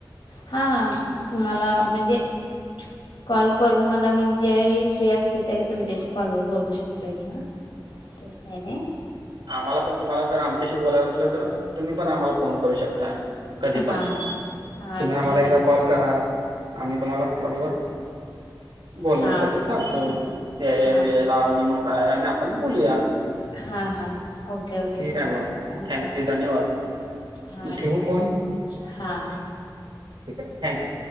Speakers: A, on the left (about 90°); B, on the right (about 85°).
A: हा हा मला म्हणजे कॉल करून मला मी ज्यावेळी फ्री असतोय त्यावेळी तुमच्याशी कॉलवर बोलू शकतोय की, हां... तस काय नाही.
B: आम्हांला पण तुम्हांला जर आमच्याशी बोलायचं असलं तर, तुम्हीं पण आम्हाला फोन करू शकताय. कधीपण
A: हां हां
B: तुम्हीं आम्हांला
A: ठीक
B: एकदा
A: आहे
B: कॉल करा, आम्हीं तुम्हांला कॉलवर बोलण्यासाठी
A: हां.
B: सांगतो या-या
A: हां
B: वेळेला आम्हीं मो काय आणि आपण बोलूया.
A: हां.. हा.. ओके-ओके,
B: ठीक
A: सांगा,
B: आहे मग.
A: नक्की
B: थँक्यू
A: सांगा,
B: धन्यवाद
A: हां
B: ठेवू
A: ठीक
B: फोन
A: आहे. हा.
B: ठीक आहे थँक्यू.